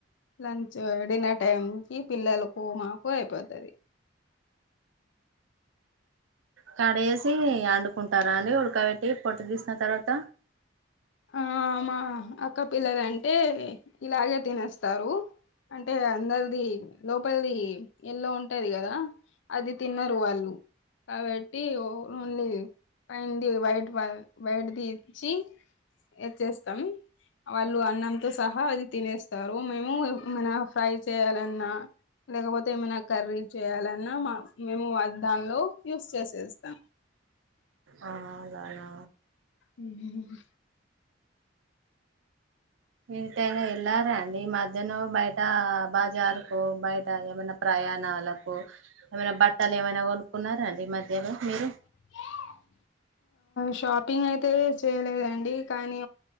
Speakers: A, on the left; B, on the right.
A: లంచు డిన్నర్ టైం కి పిల్లలు కో మాకు అయిపోద్దది
B: కడేసి అండుకుంటారా అండి ఉడకబెట్టి పొట్టు తీసిన తర్వాత
A: ఆ మా అక్క పిల్లలంటే ఇలాగే తినేస్తారు అంటే అందరిది లోపలిది ఎల్లో ఉంటాది గదా అది తిన్నారు వాళ్ళు కాబట్టి ఓన్లీ పైంది వైట్ వాల్ బయటదిచ్చి ఇచ్చేస్తాం వాళ్ళు అన్నంతో సహా అది తినేస్తారు మేము మన ఫ్రై చేయాలన్నా లేకపోతే ఏమైనా కర్రీ చేయాలన్నా మా మేము ఆ దానిలో యూస్ చేసేస్తాం
B: ఆ అలానా
A: మ్మ్
B: ఇ టైమ్ వెళ్ళారా అండి ఈ మధ్యన బయట బజార్ కు బయట ఏమైన ప్రయాణాలకు కు ఏమైనా బట్టలు ఏమైనా కొనుక్కున్నారా అండి మధ్యలో మీరు
A: <inaudible> షాపింగ్ అయితే చేయలేదండి కానీ